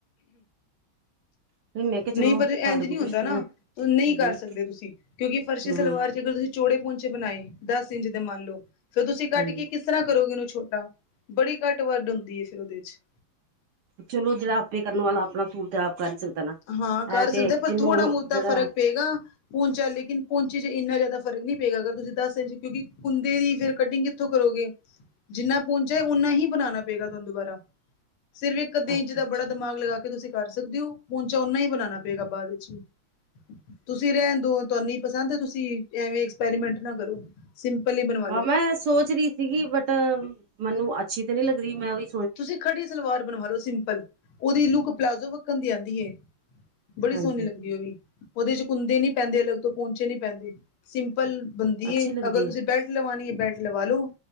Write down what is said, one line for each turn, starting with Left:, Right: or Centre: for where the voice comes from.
Right: <inaudible>
Left: ਨਈਂ ਪਰ ਐਂਜ
Right: ਤੁਹਾਡੇ ਕੋਲ
Left: ਨਈਂ
Right: ਪੁੱਛਦੀ
Left: ਹੁੰਦਾ ਨਾ,
Right: ਹਾਂ
Left: ਨਈਂ ਕਰ
Right: ਹੂੰ
Left: ਸਕਦੇ ਤੁਸੀਂ ਕਿਉਂਕਿ ਫਰਸ਼ੀ
Right: ਹੂੰ
Left: ਸਲਵਾਰ ਚ ਅਗਰ ਤੁਸੀਂ ਚੋੜੇ ਪੋਂਚੇ ਬਨਾਏ ਦਸ ਇੰਚ ਦੇ ਮੰਨ ਲੋ, ਫੇਰ ਤੁਸੀਂ ਕੱਟ
Right: ਹਾਂਜੀ
Left: ਕੇ ਕਿਸ ਕਿਸ ਤਰ੍ਹਾਂ ਕਰੋਗੇ ਓਨੂੰ ਛੋਟਾ, ਬੜੀ ਕੱਟ-ਵੱਡ ਹੁੰਦੀ ਐ ਫੇਰ ਓਦੇ ਚ।
Right: ਚਲੋ ਜੇੜਾ ਆਪੇ ਕਰਨ ਵਾਲਾ ਅਪਣਾ ਸੂਟ ਤੇ ਆਪ ਕਰ ਈ ਸਕਦਾ ਨਾ।
Left: ਹਾਂ,
Right: ਇਹ
Left: ਕਰ
Right: ਤੇ
Left: ਸਕਦੈ
Right: ਹੈ ਕਿ
Left: ਪਰ
Right: ਜਿਹਨੂੰ
Left: ਥੋੜਾ ਮੂਤਾਂ
Right: ਜਿਹੜਾ
Left: ਫ਼ਰਕ ਪਏਗਾ। ਪੋਂਚਾ ਲੇਕਿਨ ਪੋਂਚੇ ਚ ਏਨਾ ਜਾਦਾ ਫਰਕ ਨਈਂ ਪਏਗਾ ਅਗਰ ਤੁਸੀਂ ਦੱਸ ਇੰਚ ਕਿਉਂਕਿ ਕੁੰਦੇ ਦੀ ਫਿਰ ਕਟਿੰਗ ਕਿੱਥੋਂ ਕਰੋਗੇ? ਜਿੰਨਾ ਪੋਂਚਾਂ ਏ ਓਨਾ ਹੀ ਬਨਾਣਾ ਪਏਗਾ ਤੁਆਨੂੰ ਦੁਬਾਰਾ। ਸਿਰਫ ਏਕ-ਅੱਧੇ
Right: ਅੱਛਾ
Left: ਇੰਚ ਦਾ
Right: ਅੱਛਾ
Left: ਬੜਾ ਦਿਮਾਗ ਲਗਾ ਕੇ ਤੁਸੀਂ ਕਰ ਸਕਦੇ ਓ। ਪੋਂਚਾ ਓਨਾ ਈ ਬਨਾਣਾ ਪਏਗਾ ਬਾਦ ਵਿੱਚ, ਤੁਸੀਂ
Right: ਠੀਕ
Left: ਰੈਣ
Right: ਹੈ।
Left: ਦੋ। ਤੁਆਨ ਨਈਂ ਪਸੰਦ, ਤੁਸੀਂ ਐਵੇਂ ਐਕਸਪੈਰੀਮੈਂਟ ਨਾ ਕਰੋ। ਸਿੰਪਲ ਈ ਬਨਵਾ
Right: ਹਾਂ, ਮੈਂ ਸੋਚ ਰੀ ਸੀਗੀ ਬੱਟ, ਮੈਨੂੰ ਅੱਛੀ ਤੇ ਨਈਂ ਲੱਗ ਰੀ, ਮੈਂ ਓਈ
Left: ਤੁਸੀਂ ਖੜੀ ਸਲਵਾਰ ਬਣਵਾ ਲਓ ਸਿੰਪਲ ਉਹਦੀ ਲੁੱਕ ਪਲਾਜ਼ੋ ਵੱਕਣ ਦੀ ਆਦੀ ਏ ਬੜੀ
Right: ਹਾਂਜੀ
Left: ਸੋਹਣੀ ਲੱਗਦੀ ਉਹ ਵੀ ਉਹਦੇ ਚੱ ਕੁੰਦੇ ਨਹੀ ਪੈਂਦੇ ਅਲੱਗ ਤੋਂ ਪੋਂਚੇ ਨੀ ਪੈਂਦੇ ਸਿੰਪਲ ਬਣਦੀ
Right: ਅੱਛੀ
Left: ਏ
Right: ਲੱਗਦੀ
Left: ਅਗਰ ਤੁਸੀਂ
Right: ਹੈ
Left: ਬੈਲਟ ਲਵਾਣੀ ਐ ਬੈਟ ਲਵਾ ਲੋ